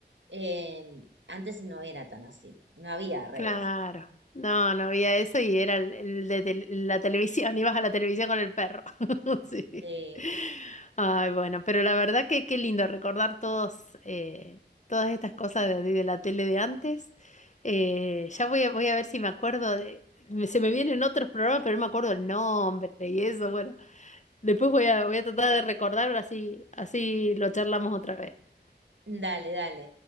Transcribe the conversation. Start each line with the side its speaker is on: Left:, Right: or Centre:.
Right: Eh, antes no era tan así, no había redes.
Left: Claro. No, no había eso y era el, el de tel- la televisión. <laughs> Ibas a la televisión con el perro. <laughs> Sí.
Right: Sí.
Left: Ay, bueno, pero la verdad que qué lindo recordar todos, eh, todas estas cosas de, de la tele de antes. Eh, ya voy a, voy a ver si me acuerdo de... me- Se me vienen otros programas, pero no me acuerdo el nombre y eso. Bueno, después voy a, voy a tratar de recordar, así, así lo charlamos otra vez.
Right: Dale, dale.